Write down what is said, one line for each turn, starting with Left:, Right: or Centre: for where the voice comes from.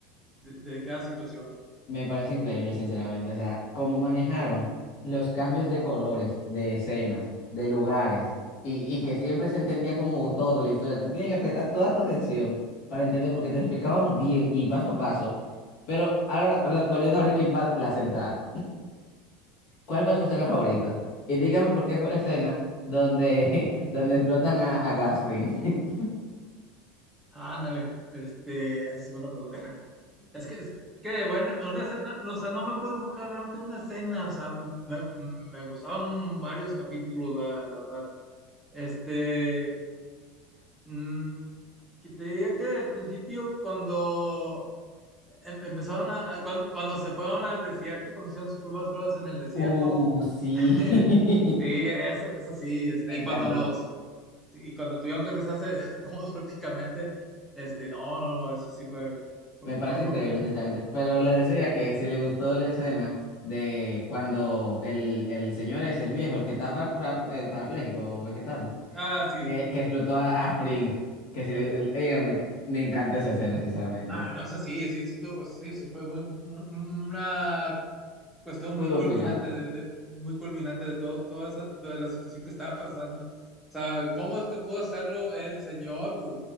Centre: de, de cada situación.
Left: Me parece increíble, sinceramente. O sea, cómo manejaron los cambios de colores, de escenas, de lugares, y, y que siempre se entendía como todo la historia, que tú tenías que prestar toda tu atención para entender, porque te explicaban bien y paso a paso. Pero ahora, habla- volviendo a Breaking Bad, la central. ¿Cuál fue su escena
Centre: Ajá.
Left: favorita? Y dígame por qué fue la escena donde, <laughs> donde explotan a, a Gasfring. <laughs>
Centre: Ándale, este, esa es buena pregunta. <laughs> Es que, es que, bueno, una escena, no, o sea, no me puedo enfocar realmente en una escena, o sea, me, me gustaban varios capítulos, la, la verdad. Este, mm, que te diga que al principio, cuando em- empezaron a, a- cuando, cuando se fueron al desierto, cuando hicieron sus primeras pruebas en el desierto,
Left: Uh, sí.
Centre: <laughs> sí,
Left: <laughs>
Centre: eso, eso sí, este,
Left: Me
Centre: y
Left: encantó.
Centre: cuando los, sí, y cuando tuvieron que rezarse <laughs> desnudos prácticamente, este, no, no, no, eso sí fue, fue,
Left: Me
Centre: fue-
Left: parece
Centre: fue-
Left: increíble, sinceramente. Pero le decía que si le gustó la escena de cuando el, el señor es el viejo, el que está para, para- eh, parapléjico o vegetal,
Centre: ah, sí.
Left: que, que explotó a, a Fring, que si le, el- oye, me, me encanta esa escena, sinceramente.
Centre: Ah, no es así, sí, sí, estuvo- sí, sí fue muy, un- un- una cuestión
Left: Muy
Centre: muy
Left: buen
Centre: culminante
Left: final.
Centre: de, de- muy culminante de todo, toda esa, de la situación que estaba pasando. O sea, ¿cómo es que pudo hacerlo el señor?